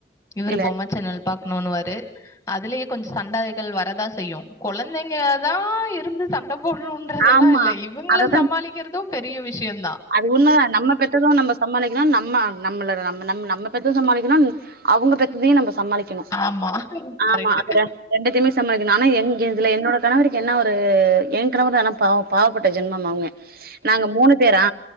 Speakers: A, on the left; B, on the right.
A: இவரு
B: இல்ல
A: பொம்ம சேன்னல் பாக்கணும்னுவாரு அதுலயே கொஞ்ச சண்டைகள் வரதா செய்யு கொழந்தைங்கதா இருந்து சண்ட குழுன்றதெல்லா
B: ஆமா
A: இல்ல இவங்கள
B: அததா
A: சமாளிக்கிறது பெரிய விஷயந்
B: அது ஒண்ணுதா நம்ம பெத்தது நம்ம சமாளிக்கணு நம்ம நம்மள நம்ம நம் நம்ம பெத்தது சமாளிக்கணு அவுங்க பெத்ததையு நம்ப சமாளிக்கணு
A: ஆமா. கரெக்ட்.
B: ஆமா அது ரெ ரெண்டுத்தயுமே சமாளிக்கணு ஆனா என் இதுல என்னோட கணவர் என்ன ஒரு ஏன் கணவரு ஆனா பாவ பாவப்பட்ட ஜென்மம் அவங்க நாங்க மூணு பேரா